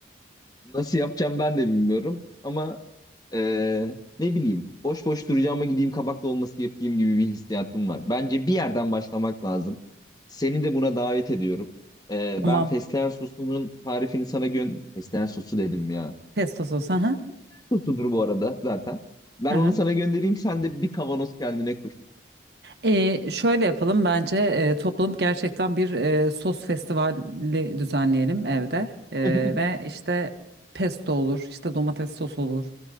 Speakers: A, on the left (about 20°); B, on the right (about 65°).
A: nasıl yapacağım ben de bilmiyorum ama Ee, ne bileyim boş boş duracağıma gideyim kabak dolması yapayım gibi bir hissiyatım var. Bence bir yerden başlamak lazım. Seni de buna davet ediyorum. Ee,
B: Tamam
A: ben fesleğen sosunun tarifini sana gön... Fesleğen sosu dedim ya.
B: pesto sos. Hı
A: Pesto
B: hı.
A: fesleğen sosudur bu arada zaten. Ben
B: Hı hı.
A: onu sana göndereyim sen de bir kavanoz kendine kur.
B: Ee, şöyle yapalım bence e, toplanıp gerçekten bir e, sos festivali düzenleyelim evde Ee,
A: <laughs>
B: ve işte pesto olur işte domates sos olur